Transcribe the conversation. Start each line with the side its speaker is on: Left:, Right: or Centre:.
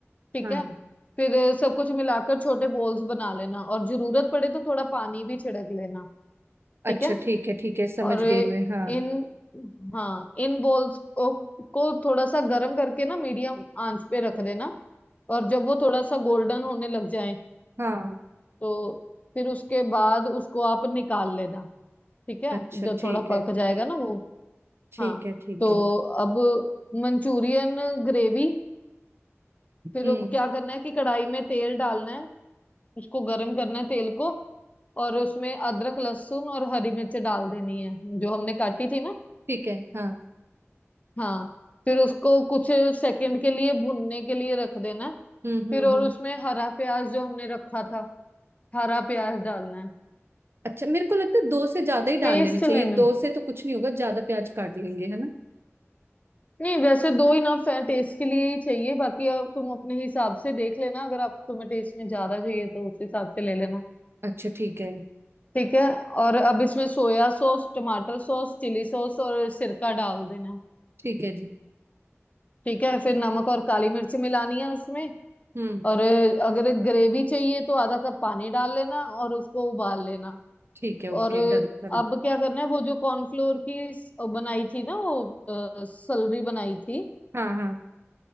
Left: ठीक
Right: हाँ
Left: है फिर अ, सब कुछ मिलाकर छोटे बॉल्स बना लेना और जरूरत पड़े तो थोड़ा पानी भी छिड़क लेना ठीक
Right: अच्छा
Left: है
Right: ठीक है ठीक है समझ
Left: और अ,
Right: गई मैं हाँ
Left: इन हाँ इन बॉल्स को, को थोड़ा सा गर्म करके ना मीडियम आंच पे रख देना और जब वो थोड़ा सा गोल्डन होने लग जाए
Right: हाँ
Left: तो फिर उसके बाद उसको आप निकाल लेना ठीक है
Right: अच्छा
Left: जब
Right: ठीक
Left: थोड़ा
Right: है
Left: पक जाएगा ना वो
Right: ठीक
Left: हाँ
Right: है ठीक
Left: तो
Right: है
Left: अब मंचूरियन ग्रेवी फिर
Right: हम्म
Left: अब क्या करना है कि कढ़ाई में तेल डालना है उसको गर्म करना है तेल को और उसमें अदरक लहसुन और हरी मिर्च डाल देनी है जो हमने काटी थी ना
Right: ठीक है हाँ
Left: हाँ फिर उसको कुछ सेकंड के लिए भुनने के लिए रख देना है
Right: हम्म
Left: फिर
Right: हम्म
Left: और
Right: हम्म
Left: उसमें हरा प्याज जो हमने रखा था हरा प्याज डालना है
Right: अच्छा मेरे को लगता है दो से ज्यादा ही डाल
Left: पेस्ट
Right: लेने चाहिए
Left: लेना
Right: दो
Left: है
Right: से तो कुछ नहीं होगा ज्यादा प्याज काट लेंगे है ना
Left: नहीं वैसे दो इनफ है टेस्ट के लिए ही चाहिए बाकी अब तुम अपने हिसाब से देख लेना अगर आप तुम्हें टेस्ट में ज्यादा चाहिए तो उस हिसाब से ले लेना
Right: अच्छा ठीक है
Left: ठीक है और अब इसमें सोया सॉस टमाटर सॉस चिली सॉस और सिरका डाल देना
Right: ठीक है जी
Left: ठीक है फिर नमक और काली मिर्च मिलानी है उसमें
Right: हम्म
Left: और अ, अगर ग्रेवी चाहिए तो आधा कप पानी डाल लेना और उसको उबाल लेना
Right: ठीक है ओके
Left: और अ,
Right: डन कर लो
Left: अब क्या करना है वो जो कॉर्नफ्लोर की स- बनाई थी ना वो सलरी बनाई थी
Right: हाँ हाँ